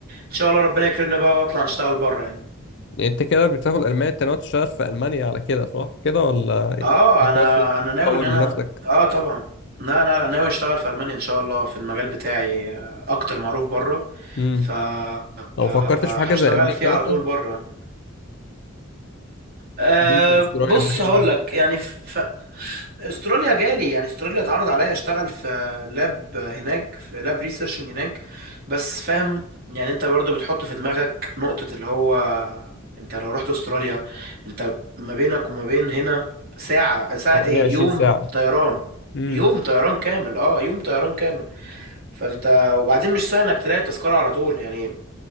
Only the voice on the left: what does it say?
يعني انت كده بتاخد الماني انت ناوي تشتغل في المانيا على كده صح كده ولا
انت
بس
تطور
من نفسك
امم
لو فكرتش في
حاجه زي امريكا
مثلا
امريكا استراليا
الحاجات
دي
حوالي
20
ساعه
امم